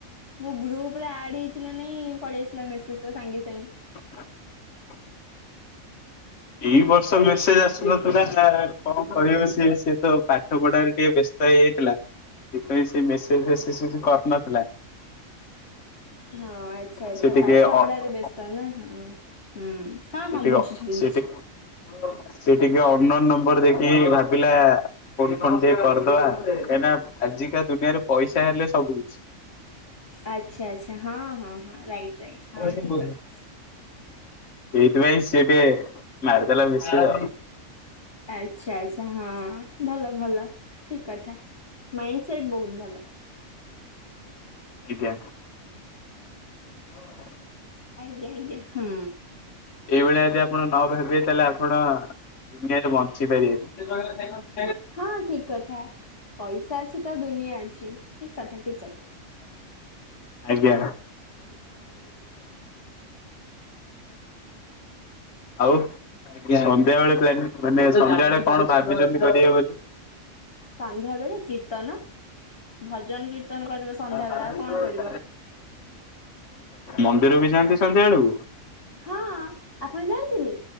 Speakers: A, on the left; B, on the left.
A: ମୁଁ ଗ୍ରୁପରେ ଆଡ ହେଇଛି ନା ନାଇଁ ପଳେଇ ଆସିଲା ମେସେଜ ସାଙ୍ଗେ ସାଙ୍ଗେ
B: <unintelligible> ଏଇ ବର୍ଷ ମେସେଜ ଆସନଥିଲା ନା କଣ କହିବ ସିଏ ସିଏ ତ ପାଠ ପଢାରେ ଟିକେ ବେଶ ହେଇଯାଇଥିଲା ସେଥିପାଇ ସେ ମେସେଜ ଫେସେଜ କରିନଥିଲା
A: ହଁ ଆଚଛା ଆଚ୍ଛା
B: ସେ ଟିକେ
A: ପାଠ
B: ଅ
A: ପଢାରେ ବେସ୍ତ ନା ହଁ ହୁଁ ହଁ
B: ସେ
A: ହଁ
B: ଟିକେ
A: ବୁଝୁଛି ବୁଝୁଛି
B: ସେ ଟିକେସେଟିକେ ଅନ୍ୟ ନମ୍ବର ଦେ ଭାବିଲା କୋଉଠି କଣ ଟିକେ କରିଦବା କାହିଁକିନା ଆଜିକା ଦୁନିଆରେ ପଇସା ହେଲେ ଶବ ସବୁକିଛି
A: ଆଚ୍ଛା ଆଚ୍ଛା ହଁ ହଁ ହଁ ରାଇଟ ରାଇଟ ହଁ
B: <unintelligible>
A: ଠିକ କଥା।
B: ସେଇଥିପାଇଁ ସେ ଟିକେ ମାରିଦେଲା ବେଶୀ ଆ
A: ଆଚ୍ଛା ଆଛା ହଁ ଭଲ ଭଲ ଠିକ କଥା। ମାଇଣ୍ଡ ସେଟ ବହୁତ ଭଲ।
B: ଆଜ୍ଞା। ହଁ।
A: ଆଜ୍ଞା ଆଜ୍ଞା ହଁ।
B: ଏଇଭଳିଆ ଯଦି ଆପଣ ନ ହେବେ ତାହେଲେ ଆପଣ ଦୁନିଆରେ ବଞ୍ଚି ପାରିବେନି।
A: ହଁ ଠିକ କଥା ପଇସା ଅଛି ତ ଦୁନିଆ ଅଛି, ଠିକ କଥା ଠିକ କଥା।
B: ଆଜ୍ଞା। ଆଉ? ସନ୍ଧ୍ୟାବେେଳେ ପ୍ଲାନିଂ ମାନେ ସନ୍ଧ୍ୟାବେେଳେ କଣ ଭାବିଛନ୍ତି କରବେ ବୋଲି!
A: ସନ୍ଧ୍ୟାବେଳେ କୀର୍ତ୍ତନ। ଭଜନ କୀର୍ତ୍ତନ କରିବ ସନ୍ଧ୍ୟା ବେଳେ
B: ପଣସ?
A: ଆଉ କଣ କରିବ?
B: ମନ୍ଦିର ବି ଯାଆନ୍ତି ସନ୍ଧ୍ୟା ବେଳକୁ?
A: ହଁ, ଆପଣ ଯାଆନ୍ତିନି